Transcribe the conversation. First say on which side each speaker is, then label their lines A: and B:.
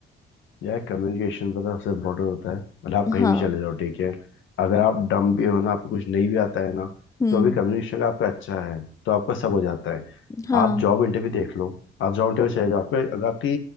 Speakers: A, on the left (about 75°); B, on the left (about 15°).
A: यार कम्युनिकेशन पता है सबसे इम्पोर्टेंट होता है मतलब आप कहीं
B: हाँ
A: भी चले जाओ ठीक है अगर आप डम भी हो ना आपको कुछ नहीं भी आता है ना
B: हम्म
A: तो अभी कम्युनिकेशन आपका अच्छा है तो आपका सब हो जाता है
B: हाँ
A: आप जॉब इंटरव्यू देख लो आप जॉब इंटरव्यू चले जाओ आपके अगर आपकी